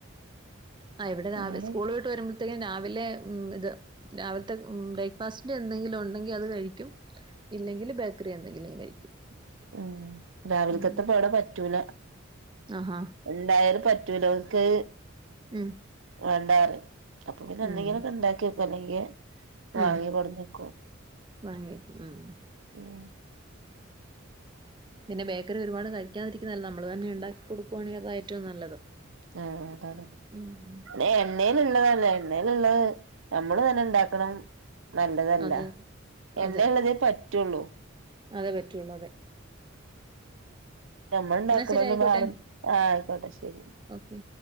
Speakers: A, on the right; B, on the right.
A: ആ ഇവിടെ രാവി
B: അങ്ങനെ
A: സ്കൂൾ വിട്ട് വരുമ്പോ രാവിലെ ഉം ഇത് രാവിലത്തെ ബ്രേക്ക്ഫാസ്റ്റിന്റെ എന്തെങ്കിലും ഉണ്ടെങ്കിൽ അത് കഴിക്കും ഇല്ലെങ്കിൽ ബേക്കറി എന്തെങ്കിലും കഴിക്കും
B: ഉം രാവിലക്കെത്തപ്പോ
A: ഉം
B: ഇവിടെ പറ്റൂല
A: ആഹാ
B: ഉണ്ടായാലും പറ്റൂല ഓൽക്ക്
A: ഉം
B: വേണ്ടാറിം അപ്പൊ പിന്നെ
A: ഉം
B: എന്തെങ്കിലും ഒക്കെ ഇണ്ടാക്കി വെയ്ക്കും അല്ലെങ്കിൽ വാങ്ങി
A: ഉം
B: കൊട്ന്നക്കും
A: വാങ്ങി വെക്കും ഉം
B: ഉം
A: പിന്നെ ബേക്കറി ഒരുപാട് കഴിക്കാതിരിക്കുന്നല്ല നമ്മള് തന്നെ ഉണ്ടാക്കി കൊടുക്കുവാണെങ്കിൽ അത ഏറ്റവും നല്ലത്.
B: ആഹ് അതാണ്
A: ഉം
B: പിന്നെ എണ്ണേല് ഉള്ളതല്ലെ എണ്ണേല് ഉള്ളത് നമ്മള് തന്നെ ഉണ്ടാക്കണം. നല്ലതല്ല
A: അതെ അതെ
B: എണ്ണേള്ളതേ
A: അതെ
B: പറ്റുള്ളൂ
A: അതെ പറ്റുള്ളൂ അതെ.
B: ഞമ്മൾ ഉണ്ടാക്കണംന്ന്
A: എന്നാ ശരി ആയിക്കോട്ടെ
B: പാടും ആ ആയിക്കോട്ടെ ശരി
A: ഓക്കെ